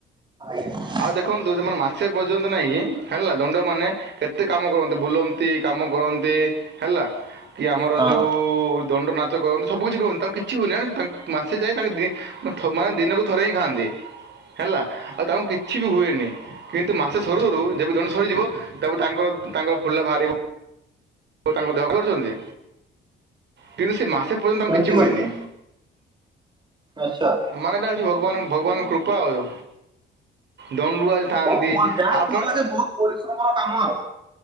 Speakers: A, on the right; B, on the right.
A: ଆଜ୍ଞା।
B: ଆଉ ଦେଖନ୍ତୁ ସେମାନେ ମାସେ ପର୍ଯ୍ୟନ୍ତ ନାହିଁ କି, ହେଲା ଦଣ୍ଡ ମାନେ କେତେ କାମ କରନ୍ତି। ବୁଲନ୍ତି, କାମ କରନ୍ତି ହେଲା। କି ଆମର
A: ହଁ।
B: ଯୋଉ ଦଣ୍ଡ ନାଚ କରନ୍ତି, ସବୁ କିଛି କରନ୍ତି। ତାଙ୍କୁ କିଛି ହୁଏନି ଆ ତାଙ୍କ ମାସେ ଯାଏ ତାଙ୍କ ଦେ ଥ ମାନେ ଦିନକୁ ଥରେ ହିଁ ଖାଆନ୍ତି ହେଲା। ଆଉ ତାଙ୍କୁ କିଛି ବି ହୁଏନି। କିନ୍ତୁ ମାସେ ସରୁ ସରୁ ଯେବେ ଜଣେ ସରିଯିବ, ତାପରେ ତାଙ୍କ ତାଙ୍କ ଫୁଲା ବାହାରିବ। ଉ ତାଙ୍କ ଦେହ କରୁଛନ୍ତି, କିନ୍ତୁ ସେ ମାସେ ପର୍ଯ୍ୟନ୍ତ ତାଙ୍କୁ
A: ସେମିତି
B: କିଛି ହୁଏନି।
A: ନୁହଁ କି ଆଚ୍ଛା
B: ମାନେ ଏଟା ହଉଛି ଭଗବାନ ଭଗବାନ କୃପା ଆଉ। ଦଣ୍ଡୁଆ ଥାଆନ୍ତି।
A: ବହୁତ ଯାହା
B: ଆପଣ
A: କହିବ ଯେ ବହୁତ ପରିଶ୍ରମର କାମ ଆଉ।